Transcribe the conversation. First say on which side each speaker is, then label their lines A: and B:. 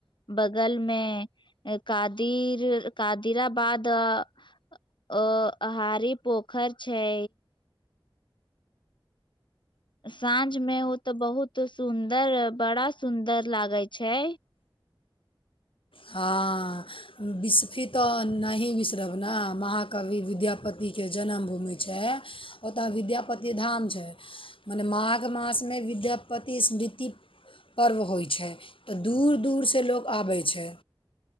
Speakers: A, on the left (about 65°); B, on the left (about 85°).
A: बगलमे कादिर कादिराबाद अ हारी पोखर छै साँझ में ओ तऽ बहुत सुंदर बड़ा सुंदर लागे छै
B: हँ बिस्फी तऽ नहि बिसरब ने महाकवि विद्यापतिके जन्म भूमि छै ओतऽ विद्यापति धाम छै मने माघ मास में विद्यापति स्मृति पर्व होइ छै तऽ दूर दूरसँ लोग आबै छै